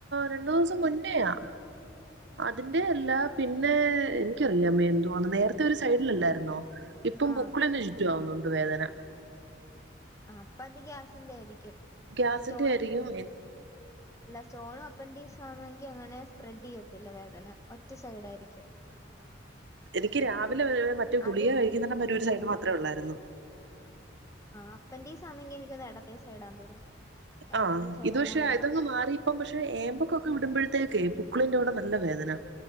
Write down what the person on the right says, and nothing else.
രണ്ടു ന്ന് ദിവസം മുന്നയാ അതിന്റെ അല്ല പിന്നെ എനിക്കറിയാമേല എന്തുവാ നേരത്തെ ഒരു സൈഡിലല്ലായിരുന്നോ ഇപ്പം
പൊക്കളിന്ന് ചുറ്റും ആവുന്നുണ്ട് വേദന
ഗ്യാസിന്റെ
ആയിരിക്കും
എനിക്ക് രാവിലെ മറ്റു ഗുളിക
കഴിക്കുന്നടം വരെ ഒരു സൈഡ് അത്ര ഉള്ളായിരുന്നു
ആ
ഇത് പക്ഷെ ഇതൊന്ന് മാറിയപ്പം പക്ഷെ ഏമ്പൊക്കം വിടുമ്പോഴത്തേക്കേ പുക്കിളിന്റെ അവിടെ നല്ല വേദന